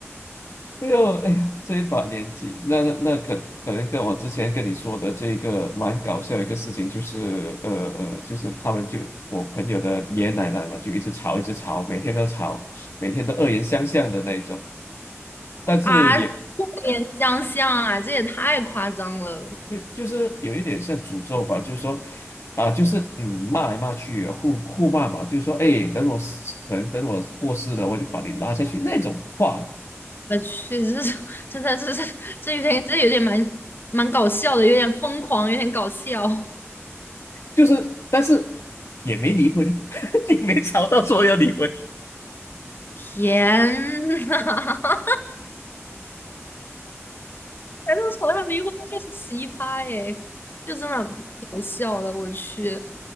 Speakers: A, on the left; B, on the left.
A: 哎呦哎呀，这一把年纪，那那那可可能跟我之前跟你说的这个蛮搞笑的一个事情，就是呃呃，就是他们就我朋友的爷爷奶奶嘛，就一直吵一直吵，每天都吵，每天都恶言相向的那一种。但是也。
B: 啊！过年相像啊，这也太夸张了！
A: 就就是有一点像诅咒吧，就是说，啊、就是嗯，骂来骂去，互互骂嘛，就是说，哎，等我死可能等我过世了，我就把你拉下去那种话，
B: 我去，这是这这这这这有点这有点蛮蛮搞笑的，有点疯狂，有点搞笑。
A: 就是，但是也没离婚，<laughs> 你没吵到说要离婚，
B: 天呐，<laughs> 还是从来没遇过就是奇葩耶，就真的搞笑了，我去！